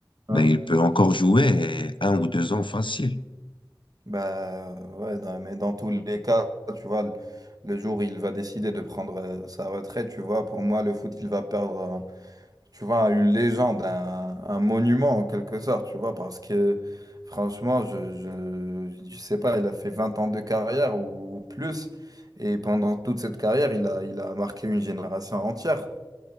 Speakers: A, on the right (about 50°); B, on the left (about 80°).
A: Ouais.
B: ben, il peut encore jouer euh, un ou deux ans facile.
A: Bah ouais, non, mais dans tous les cas, tu vois, le le jour où il va décider de prendre euh, sa retraite, tu vois, pour moi, le foot, il va perdre. euh, tu vois, une légende, un, un monument en quelque sorte, tu vois, parce que franchement, je, je, je sais pas, il a fait 20 ans de carrière ou, ou plus, et pendant toute cette carrière, il a, il a marqué une génération entière.